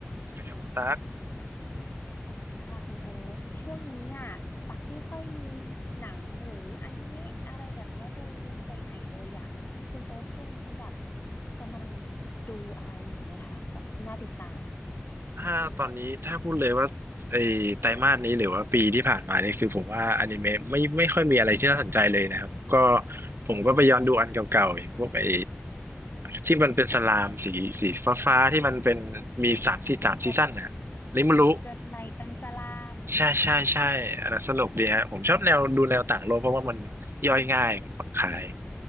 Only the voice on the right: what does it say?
สวัสดีครับคุณตั๊ก
ถ้าตอนนี้ถ้าพูดเลยว่าไอ้ไตรมาสนี้หรือว่าปีที่ผ่านมาเนี่ยคือผมว่าอนิเมะไม่ไม่ค่อยมีอะไรที่น่าสนใจเลยนะครับก็ผมก็ไปย้อนดูอันเก่าๆอย่างพวกไอ้ที่มันเป็นสลามสีสีฟ้าๆที่มันเป็นมีสามซีสามซีซั่นนะริมารุ
ใช่ใช่ใช่อันนั้นสนุกดีฮะผมชอบแนวดูแนวต่างโลกเพราะว่ามันย่อยง่ายมันผ่อนคลาย